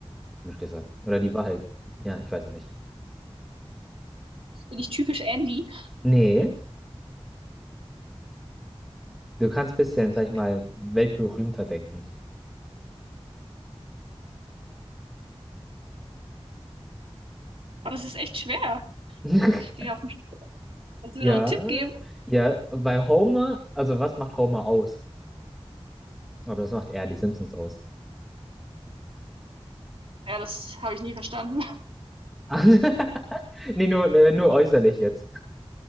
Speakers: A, in the centre; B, on the right (about 60°).
A: blöd gesagt. Oder die war halt, ja, ich weiß es nicht.
B: Bin ich typisch Andy?
A: Nee, du kannst bisschen,
B: Ja, ich
A: sag
B: hab-
A: ich mal, weltberühmter denken.
B: Aber es ist echt schwer.
A: <laughs>
B: Stehe auf dem Sch- Kannst du
A: Ja,
B: mir noch einen Tipp geben?
A: ja, weil Homer, also was macht Homer aus? Aber das macht eher die Simpsons aus.
B: Ja, das habe ich nie verstanden. <laughs>
A: <laughs> Nee, nur, ne, nur äußerlich jetzt.